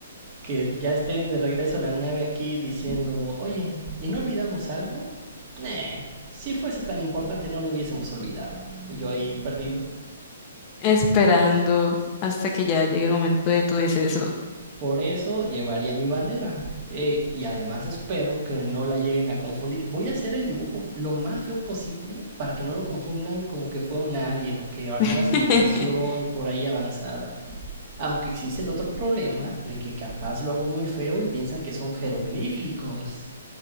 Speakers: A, on the right (about 40°); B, on the left (about 30°).
A: que ya esté de regreso a la nave aquí diciendo, oye, ¿y no olvidamos algo? Nah, si fuese tan importante no lo hubiésemos olvidado. Y yo ahí perdido,
B: esperando hasta que ya llegue el momento de tu deceso.
A: Por eso llevaría mi bandera. Eh, y además espero que no la lleguen a confundir. Voy a hacer el dibujo lo más feo posible para que no lo confundan con que fue un alien o que alguna
B: <laughs>
A: civilización por ahí avanzada. Aunque existe el otro problema de que capaz lo hago muy feo y piensan que son jeroglíficos.